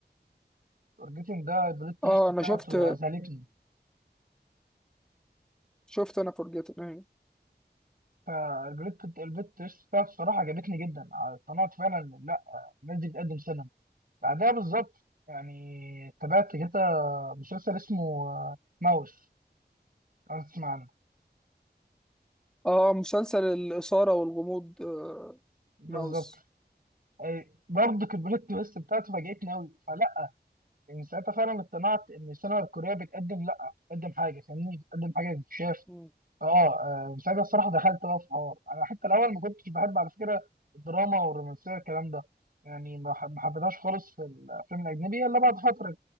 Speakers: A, on the right (about 55°); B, in the centre.
A: فورجيتن ده البلوت تويست
B: اه انا
A: بتاعته
B: شفت
A: اذهلتني
B: شفت انا فورجيتن ايوه
A: فالبلوت البلوت تويست بتاعته الصراحه عجبتني جدا اقتنعت فعلا إن لا الناس دي بتقدم سينما بعدها بالظبط يعني تابعت كده مسلسل اسمه آه، ماوس لو تسمع عنه
B: اه مسلسل الاثاره والغموض آه
A: بالظبط
B: ماوس
A: أي- برضه كبريت بس بتاعته فاجأتني قوي فلا من ساعتها فعلا اقتنعت ان السينما الكوريه بتقدم لا بتقدم حاجه فاهمني بتقدم حاجه تتشاف
B: مم.
A: اه آه، من ساعتها الصراحه دخلت بقى في حوار انا حتى الاول ما كنتش بحب على فكره الدراما والرومانسيه والكلام ده يعني ما حب- ما حبيتهاش خالص في الافلام الاجنبيه الا بعد فتره